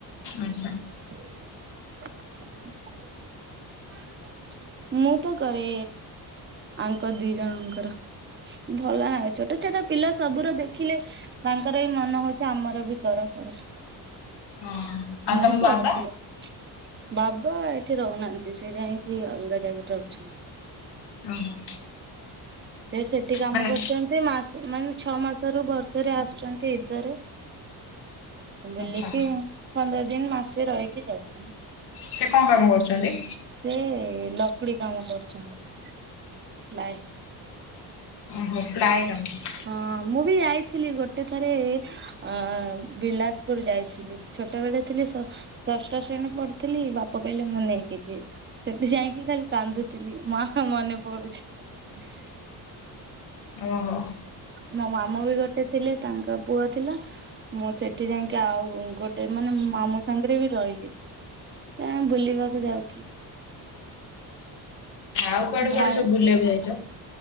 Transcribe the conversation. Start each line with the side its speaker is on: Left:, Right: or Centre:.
Left: ଆଚ୍ଛା।
Right: <unintelligible> ମୁଁ ତ କରେ, ଆଙ୍କ ଦି ଜଣଙ୍କର ଭଲ ଲାଗେ। ଛୋଟ ଛୋଟ ପିଲା ସବୁର ଦେଖିଲେ ତାଙ୍କର ବି ମନ ହଉଛି ଆମର ବି କର କର।
Left: ହଁ ଆଉ
Right: ମୁଁ
Left: ତମ ବାବା
Right: କରିଦିଏ। ବାବା ଏଠି ରହୁନାହାନ୍ତି। ସେ ଯାଇକି ଅଲଗା ଜାଗାରେ ରହୁଛନ୍ତି।
Left: ଓହୋ।
Right: ସେ ସେଠି କାମ
Left: ମାନେ
Right: କରୁଛନ୍ତି। ମାସ ମାନେ ଛଅ ମାସରୁୁ ବର୍ଷରେ ଆସୁଛନ୍ତି ଇଦରେ। ବୁଲିକି।
Left: ଆଛା
Right: ପନ୍ଦର ଦିନ ମାସେ ରହିକି ଯାଉଛନ୍ତି।
Left: ସେ କଣ କାମ କରୁଛନ୍ତି?
Right: ସେ ଲକ୍ଡି କାମ କରୁଛନ୍ତି। ପ୍ଳାଏ।
Left: ଓହୋ ପ୍ଲାଏ କାମ।
Right: ହଁ ମୁଁ ବି ଯାଇଥିଲି। ଗୋଟେ ଥରେ ଅ ବିଲାସପୁର ଯାଇଥିଲି। ଛୋଟବେଳେ ଥିଲି ସ ଷଷ୍ଠ ଶ୍ରେଣୀ ପଢୁଥିଲି, ବାପା କହିଲେ ମୁଁ ନେଇକି ଯିବି। ସେଠି ଯାଇକି ଖାଲି କାନ୍ଦୁଥିଲି। ମା ମନେ ପଡୁଛି।
Left: ଓହୋ।
Right: ମୋ ମାମୁ ବି ଗୋଟେ ଥିଲେ। ତାଙ୍କ ପୁଅ ଥିଲା। ମୁଁ ସେଠି ଯାଇକି ଆଉ ଗୋଟେ ମାନେ ମାମୁଁ ସାଙ୍ଗରେ ବି ରହିଲି। ଆ ବୁଲିବାକୁ ଯାଉଥିଲି।
Left: ଆଉ କୁଆଡେ
Right: ଭାଇ
Left: କୁଆଡେ ସବୁ ବୁଲିବାକୁ ଯାଇଛ?